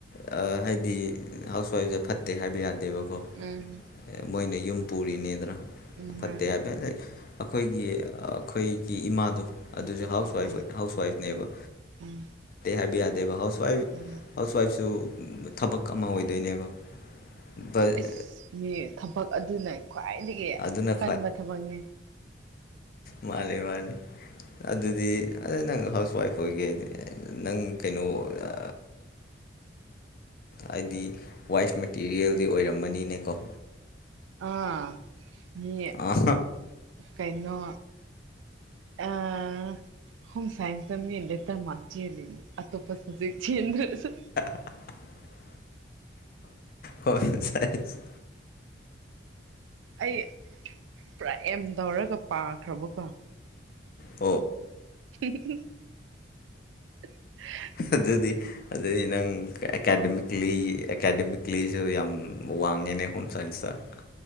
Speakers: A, on the left; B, on the right.
A: ꯑꯥ ꯍꯥꯏꯗꯤ ꯍꯥꯎꯁ ꯋꯥꯏꯐꯁꯦ ꯐꯠꯇꯦ ꯍꯥꯏꯕ ꯌꯥꯗꯦ ꯇꯦꯕꯀꯣ
B: ꯎꯝ
A: ꯃꯣꯏꯅ ꯌꯨꯝ ꯄꯨꯔꯤꯅꯦꯗꯅꯥ
B: ꯎꯝ ꯃꯥꯅꯦ
A: ꯐꯠꯇꯦ ꯍꯥꯏꯕꯥ ꯑꯥ ꯑꯩꯈꯣꯏꯒꯤ ꯑꯩꯈꯣꯏꯒꯤ ꯏꯃꯥꯗꯣ ꯑꯗꯨꯁꯨ ꯍꯥꯎꯁ ꯋꯥꯏꯐ
B: ꯎꯝ
A: ꯑꯣꯏ ꯍꯥꯎꯁ ꯋꯥꯏꯐꯅꯦꯕ
B: ꯎꯝ
A: ꯍꯥꯏꯕ ꯌꯥꯗꯦꯕ ꯍꯥꯎꯁ ꯋꯥꯏꯐ
B: ꯎꯝ
A: ꯍꯥꯎꯁ ꯋꯥꯏꯐꯁꯨ ꯊꯕꯛ ꯑꯃ ꯑꯣꯏꯗꯣꯏꯅꯦꯕ ꯕꯠ
B: ꯏꯁꯁ ꯃꯤ ꯊꯕꯛ ꯑꯗꯨꯅ ꯈ꯭ꯋꯥꯏꯗꯒꯤ
A: ꯑꯗꯨꯅ
B: ꯀꯟꯕ ꯊꯕꯛꯅꯤ
A: ꯃꯥꯂꯦ ꯃꯥꯅꯤ ꯑꯗꯨꯗꯤ ꯑꯗ ꯅꯪ ꯍꯥꯎꯁ ꯋꯥꯏꯐ ꯑꯣꯏꯒꯦ ꯍꯥꯏꯗꯤ ꯅꯪ ꯀꯩꯅꯣ ꯑ ꯍꯥꯏꯗꯤ ꯋꯥꯏꯐ ꯃꯦꯇꯤꯔꯤꯌꯦꯜꯗꯤ ꯑꯣꯏꯔꯝꯃꯅꯤꯅꯦꯀꯣ
B: ꯑꯥ ꯃꯤ
A: ꯑꯣ
B: ꯀꯩꯅꯣ ꯑꯥ ꯍꯣꯝ ꯁꯥꯏꯟꯁ ꯇ ꯃꯤ ꯂꯦꯇꯔ ꯃꯥꯔꯛ ꯆꯦꯜꯂꯤꯅꯦ ꯑꯇꯣꯞꯄ ꯁꯕꯖꯦꯛ ꯆꯦꯟꯗ꯭ꯔꯥꯁꯨ
A: <unintelligible> ꯍꯣꯝꯁꯥꯏꯟꯁ
B: ꯑꯩ ꯄꯨꯔꯥ ꯑꯦꯝ ꯇꯧꯔꯒ ꯄꯥꯈ꯭ꯔꯕꯀꯣ
A: ꯎ
B: <unintelligible>
A: ꯑꯗꯨꯗꯤ ꯑꯗꯨꯗꯤ ꯅꯪ ꯑꯦꯀꯥꯗꯃꯤꯛꯂꯤ ꯑꯦꯀꯥꯗꯃꯤꯛꯂꯤꯁꯨ ꯌꯥꯝ ꯋꯥꯡꯉꯦ ꯑꯅꯦ ꯍꯣꯝꯆꯥꯏꯟꯁ ꯇ